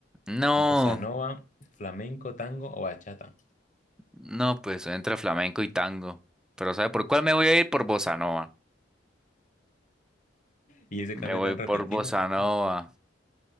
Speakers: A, in the centre; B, on the left.
A: No.
B: bossa nova, flamenco, tango o bachata.
A: No, pues entre flamenco y tango. Pero ¿sabe por cuál me voy a ir? Por bossa nova.
B: Y ese
A: Me
B: cambio
A: voy
B: tan repentino,
A: por bossa nova.